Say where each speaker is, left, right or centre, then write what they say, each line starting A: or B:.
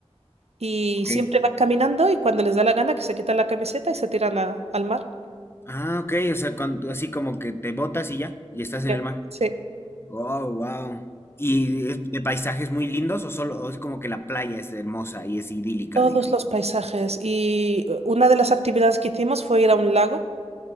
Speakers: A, on the right (about 80°); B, on the left (about 25°).
A: Y
B: Ok.
A: siempre van caminando y cuando les da la gana que se quitan la camiseta y se tiran a- al mar.
B: Ah, ok, o sea, cuando- así como que te botas y ya, y estás en
A: Ya.
B: el mar.
A: Sí.
B: Oh, wow. ¿Y es de paisajes muy lindos o solo o es como que la playa es hermosa y es idílica,
A: Todos
B: digamos?
A: los paisajes. Y eh, una de las actividades que hicimos fue ir a un lago